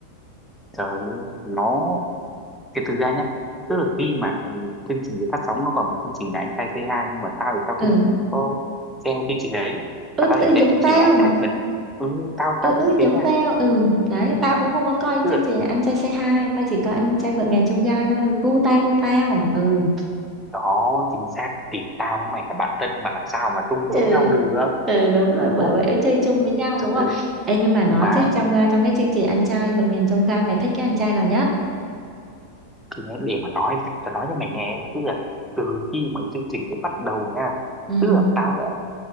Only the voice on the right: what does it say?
ừ
ướt
ừ
giống
tao,
ừ,
ừ giống
tao, ừ. Đấy, tao
cũng không có coi
chương
trình Anh trai Say Hi, tao chỉ coi Anh trai vượt
ngàn
chông gai thôi, gu tao, gu tao, ừ.
Ừ.
Ừ đúng rồi bởi
vậy mới chơi chung với nhau
đúng không?
Ê nhưng mà nói
chứ trong ờ, trong cái chương trình anh trai vượt ngàn chông gai mày thích cái anh trai nào nhất?
Ừ.